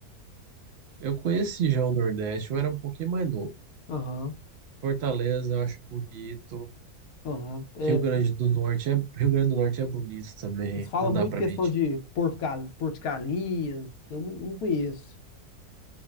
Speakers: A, on the right; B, on the left.
A: Eu conheci já o Nordeste, eu era um pouquinho mais novo.
B: Aham,
A: Fortaleza eu acho bonito,
B: aham. É,
A: Rio Grande do Norte é, Rio Grande do Norte é bonito também,
B: eles falam
A: não
B: muito
A: dá para
B: questão
A: mentir.
B: de Porto, Gal- Porto Galinhas, eu não, não conheço.